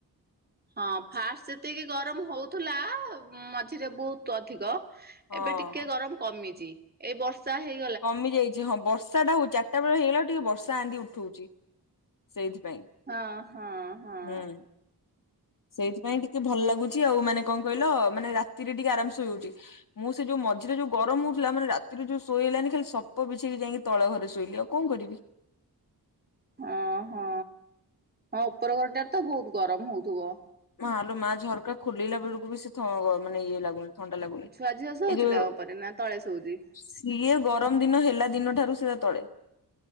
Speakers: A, on the right (about 25°); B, on the left (about 60°).
A: ହଁ ଫାଷ୍ଟ ଯେତିକି ଗରମ ହଉଥିଲା ମଝିରେ ବହୁତ ଅଧିକ
B: ହଁ
A: ଏବେ ଟିକେ ଗରମ କମିଚି ଏଇ ବର୍ଷା ହେଇି
B: କମି ଯାଇଚି ହଁ ଵର୍ଷା ହଉ ଚାରିଟା ବେଳେ ହେଇଗଲା ଟିକେ ବର୍ଷା ଚାନ୍ଦି ଉଠଉଛି ସେଇଥିପାଇଁ
A: ହଁ ହଁ ହଁ।
B: ହୁଁ। ସେଇଥିପାଇଁ ଟିକେ ଭଲ ଲାଗୁଛି ଆଉ ମାନେ କଣ କହିଲ ମାନେ ରାତିରେ ଟିକେ ଆରାମ ଶୋଇହଉଛି। ମୁଁ ସେ ଯୋଉ ମଝିରେ ଯୋଉ ଗରମ ହଉଥିଲା ମାନେ ରାତିରୁ ଯୋଉ ଶୋଇଇ ହେଲାନି ଖାଲି ସପ ବିଛେଇ କି ଯାଇକି ତଳ ଘରେ ଶୋଇଲି ଆଉ କଣ କରିବି।
A: ଅଁ ହଁ ଉପର ଘରଟା ତ ବହୁତ ଗରମ ହଉଥିବ।
B: ହ ଭଲୋ ମା ଝରକା ଖୋଲିଲା ବେଳକୁ ବି ସେ ଥ ଇଏ ଲାଗୁନି ଥଣ୍ଡା ଲାଗୁନି
A: ଛୁଆ ଝିଅ ଶୋଉଚି
B: ଏଇ ଯୋଉ
A: ନା ଉପରେ ନା ତଳେ ଶୋଉଚି।
B: ସିଏ ଗରମ ଦିନ ହେଲା ଦିନ ଠାରୁ ସିଏ ତଳେ।